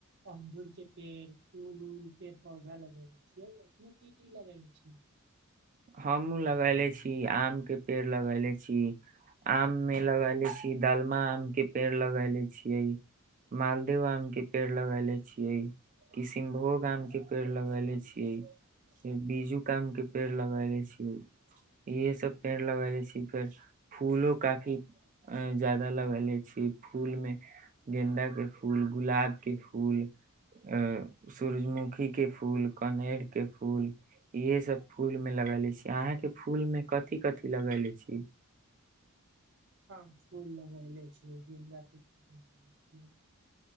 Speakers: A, on the right; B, on the right.
A: अंगूर के पेड़ फूल उल के पौधा लगेले छियै अपने की की लगले छियै
B: हमहुँ लगैले छी आम के पेड़ लगेले छी आम मे लगले छी डालमा आम के पेड़ लगले छियै मालदेव आम के पेड़ लगेले छियै किशनभोग आम के पेड़ लगेले छियै बीजूक आम के पेड़ लगैले छी इहे सब पेड़ लगेले छी फेर फूलो काफी ज्यादा लगेले छी फूल में गेंदा के फूल गुलाब के फूल आ सूरजमुखी के फूल कनैर के फूल इहे सब फूल लगेले छी अहाँ के फूल मे कथी कथी लगले छी
A: हँ फूल लगैले छी गेन्दा के फूल